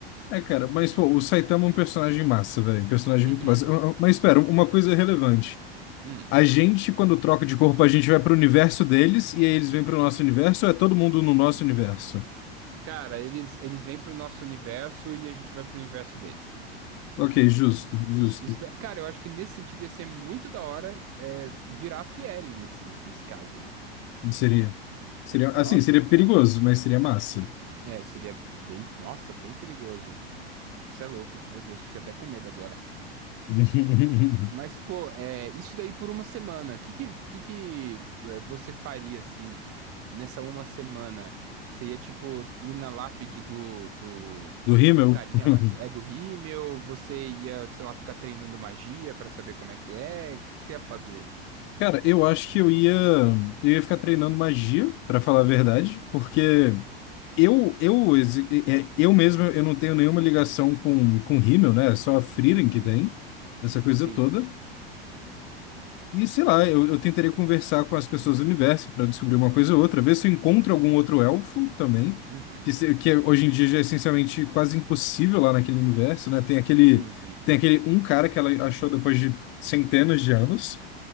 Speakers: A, on the left; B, on the right.
A: É, cara, mas pô, o Saitama é um personagem massa, velho. Um personagem
B: Uhum.
A: muito massa. Ah, ah, Mas espera, uma coisa relevante.
B: Hum.
A: A gente, quando troca de corpo, a gente vai pro universo deles e aí eles vêm pro nosso universo ou é todo mundo no nosso universo?
B: Cara, eles, eles vêm pro nosso universo e a gente vai pro universo deles.
A: Ok, justo, justo.
B: Isso da- Cara, eu acho que nesse sentido ia ser muito da hora é, virar a Fieri nesse, nesse caso, né?
A: Seria, seria, assim,
B: Nossa,
A: seria
B: cara.
A: perigoso, mas seria massa.
B: É, seria bem. Nossa, bem perigoso. Isso é louco. Meu Deus, fiquei até com medo agora.
A: <laughs>
B: Mas, pô, é, isso daí por uma semana. O que que, que, que é, você faria, assim, nessa uma semana? Você ia, tipo, ir na lápide do, do,
A: Do rímel?
B: do carinha
A: <laughs>
B: lá, que é do Rímel? Você ia, sei lá, ficar treinando magia pra saber como é que é? O que que você ia fazer?
A: Cara, eu acho que eu ia, eu ia ficar treinando magia, pra falar a verdade, porque eu, eu, exi- é, é, eu mesmo, eu não tenho nenhuma ligação com, com rímel, né? É só a Frieren
B: Uhum,
A: que tem, essa coisa
B: sim.
A: toda. E sei lá, eu, eu tentarei conversar com as pessoas do universo para descobrir uma coisa ou outra, ver se eu encontro algum outro elfo também,
B: Uhum.
A: que, se- que hoje em dia já é essencialmente quase impossível lá naquele universo, né? Tem aquele,
B: Sim, sim.
A: tem aquele um cara que ela achou depois de centenas de anos.